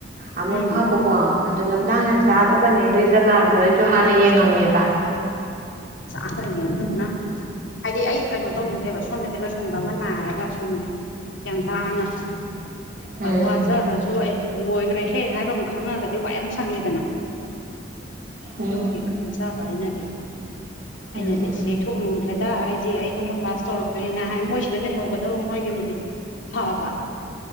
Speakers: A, on the right; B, on the left.
A: ꯑꯃꯨꯛ
B: ꯎꯝ
A: ꯐꯕꯀꯣ ꯑꯗꯣ ꯂꯝꯗꯥꯡ ꯌꯥꯝ ꯆꯥꯗꯕꯅꯦ ꯑꯗꯨꯏ ꯖꯒꯥꯗꯨ ꯑꯩꯁꯨ
B: ꯆꯥꯗꯦ
A: ꯍꯥꯟꯅ ꯌꯦꯡꯉꯝꯃꯦꯕ
B: ꯆꯥꯇꯔꯅꯅ ꯍꯥꯏꯗꯤ ꯑꯩ ꯀꯩꯅꯣ ꯇꯧꯅꯤꯡꯗꯦꯕ ꯁꯣꯝꯗꯁꯦ ꯂꯣꯏꯁꯤꯟꯕ ꯑꯃ ꯅꯥꯔꯒ ꯁꯣꯝꯗ ꯒ꯭ꯌꯥꯟ ꯇꯥꯅ
A: ꯎꯝ
B: ꯋꯥꯖꯔꯁꯨ ꯑꯦ ꯂꯣꯏꯈ꯭ꯔꯦ ꯍꯦ ꯍꯥꯏꯕ ꯑꯃ ꯈꯪꯉꯒꯗꯤ ꯋꯥ ꯌꯥꯝ ꯁꯪꯉꯦꯗꯅ ꯑꯗꯨꯒꯤ
A: ꯎꯝ
B: ꯈꯟꯆ ꯀꯥꯏꯅ ꯇꯠꯇ
A: ꯎꯝ
B: ꯑꯩꯅꯗꯤ ꯑꯁ ꯆꯊꯣꯛꯅꯤꯡꯗ꯭ꯔꯦꯗ ꯑꯩꯗꯤ ꯑꯩ ꯊꯪꯅ ꯀ꯭ꯂꯥꯁ ꯇꯧꯔꯛꯄꯅꯤꯅ ꯍꯥꯏ ꯃꯣꯏꯁꯤꯗ ꯂꯩꯍꯧꯒꯗꯕ ꯃꯣꯏꯒꯤꯕꯨꯗꯤ ꯍꯥꯎ ꯋꯥ